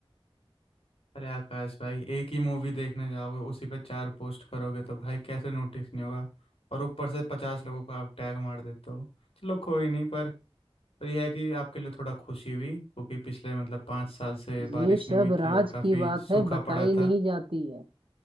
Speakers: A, on the left; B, on the right.
A: अरे आकाश भाई एक ही मूवी देखने जाओगे उसी पे चार पोस्ट करोगे तो भाई कैसे नोटिस नहीं होगा और ऊपर से पचास लोगों को आप टैग मार देते हो चलो कोई नहीं पर पर यह है कि आपके लिए थोड़ा खुशी हुई क्योंकि पिछले मतलब पाँच साल से बारिश
B: ये सब
A: नहीं हुई
B: राज
A: थी और काफ़ी
B: की बात
A: सूखा
B: है बताई
A: पड़ा
B: नहीं
A: था
B: जाती है